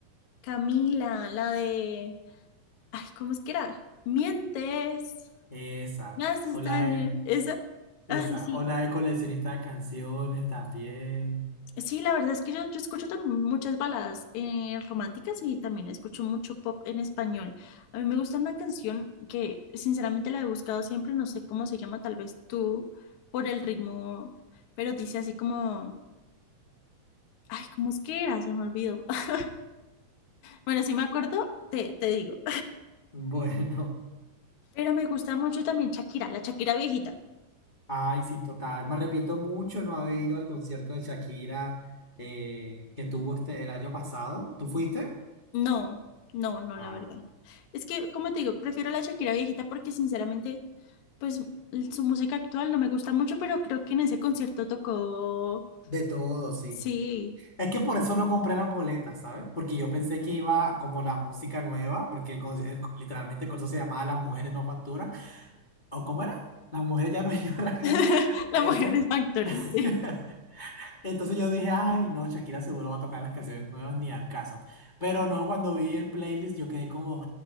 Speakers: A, on the left (about 70°); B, on the left (about 50°).
A: Camila, la de... Ay, ¿cómo es que era? Mientes,
B: Esa.
A: me haces
B: O la
A: daño.
B: de,
A: Esa.
B: esa.
A: Ay, sí.
B: O la de coleccionista de canciones también. <laughs>
A: Sí, la verdad es que yo, yo escucho también muchas baladas eh, románticas y también escucho mucho pop en español. A mí me gusta una canción que sinceramente la he buscado siempre, no sé cómo se llama, tal vez tú por el ritmo, pero dice así como, ay, ¿cómo es que era? Se me olvidó. <laughs> Bueno, si me acuerdo, te, te digo.
B: Bueno.
A: Pero me gusta mucho también Shakira, la Shakira viejita.
B: Ay, sí, total. Me arrepiento mucho no haber ido al concierto de Shakira eh, que tuvo este el año pasado. ¿Tú fuiste?
A: No, no, no, la
B: Ay,
A: verdad. Es que, como te digo, prefiero la Shakira viejita porque sinceramente... pues l- su música actual no me gusta mucho, pero creo que en ese concierto tocó,
B: de todo, sí.
A: sí,
B: Es que por eso no compré las boletas, ¿sabes? Porque yo pensé que iba como la música nueva, porque el, con- el- literalmente el concierto se llamaba Las mujeres no facturan. ¿O cómo era? Las mujeres ya no <laughs> lloran, era
A: <laughs>
B: ese.
A: La Mujer es Factora,
B: <laughs>
A: sí.
B: Entonces yo dije, ay, no, Shakira seguro va a tocar las canciones nuevas, ni al caso. Pero no, cuando vi el playlist yo quedé como,